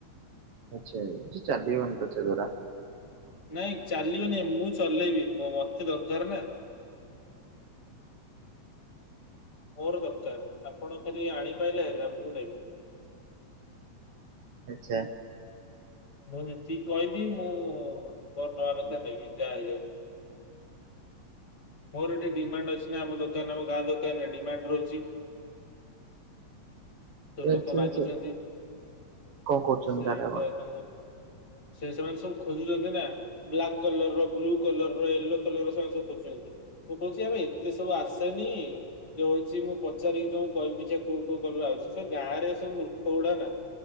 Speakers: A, on the right; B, on the left.
A: ଆଚଛା ଚାଲିନ <unintelligible> ତ ଧରା
B: ନାଇଁ ଚାଲିବନି ମୁଁ ଚଲେଇବି ମତେ ମ ଦରକାର ନା। ମୋର ଦରକାର ଆପଣ ଖାଲି ଆଣିପାଇଲେ ହେଲା ମୁଁ ନେବି
A: ଆଚଛା
B: ମୁଁ ଯେତିକି କହିଲି ମୁଁ ତୋର ନବା କଥା ନେଇକି ଯାହା ହେଇଯାଉ ମୋର ଏଠି ଡିମାଣ୍ଡ ଅଛି ନା ଆମ ଦୋକାନ ଆମ ଗାଁ ଦୋକାନରେ ଡିମାଣ୍ଡ ରହୁଛି।
A: ଆଚ୍ଛା
B: ଯୋଉ ଲୋକ ମାଗୁଛନ୍ତି
A: ଆଚ୍ଛା। କଣ କରୁଛନ୍ତି
B: ସେଇ
A: ତାହେଲେ ଆପଣ?
B: ତ ତମର ସେ ସେମାନେ ସବୁ ଖୋଜୁଛନ୍ତି ନା। ବ୍ଲାକ୍ କଲର ର ବ୍ଲୁ କଲର ର ୟେଲୋ କଲର ର ସାଙ୍ଗ ସବୁ <unintelligible> ମୁଁ କଉଛି ଏ ଭ ଏତେ ସବୁ ଆସେନି ଯୋଉ ହଉଛି ମୁଁ ପଚାରି କି ତମକୁ କହିବି ଦେଖିବା କୋଉ କୋଉ କଳର ଆସୁଛି ତ ଗାଁ ରେ ସବୁ ମୂର୍ଖ ଗୁଡା ନା